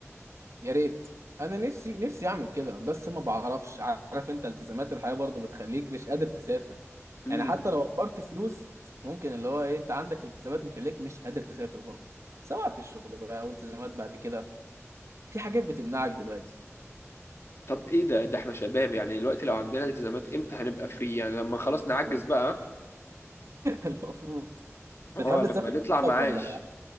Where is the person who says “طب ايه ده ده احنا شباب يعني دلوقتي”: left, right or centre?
Left